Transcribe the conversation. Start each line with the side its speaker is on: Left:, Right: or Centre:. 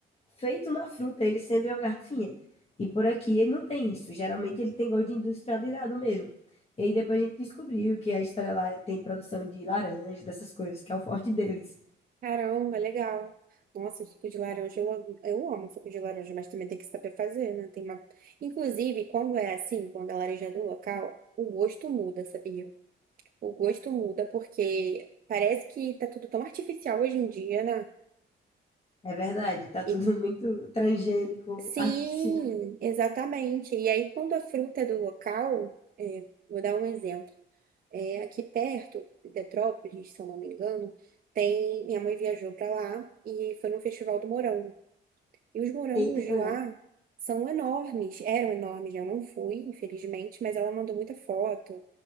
Left: feito na fruta, ele sendo em uma garrafinha. E por aqui ele não tem isso. Geralmente ele tem gosto de industrializado mesmo. E aí depois a gente descobriu que a história lá tem produção de laranja, dessas coisas, que é o forte deles.
Right: Caramba, legal. Nossa, suco de laranja, eu, amo- eu amo suco de laranja, mas também tem que saber fazer, né? Tem uma... Inclusive, quando é assim, quando a laranja é do local, o gosto muda, sabia? O gosto muda porque parece que tá tudo tão artificial hoje em dia, né?
Left: É verdade, tá
Right: E
Left: tudo <laughs> muito transgênico,
Right: sim,
Left: artificial.
Right: exatamente. E aí, quando a fruta é do local, é, vou dar um exemplo. É, aqui perto, em Petrópolis, se eu não me engano, tem... Minha mãe viajou pra lá e foi no festival do morango. E os morangos
Left: Eita, que
Right: de lá
Left: legal.
Right: são enormes, eram enormes, né? eu não fui, infelizmente, mas ela mandou muita foto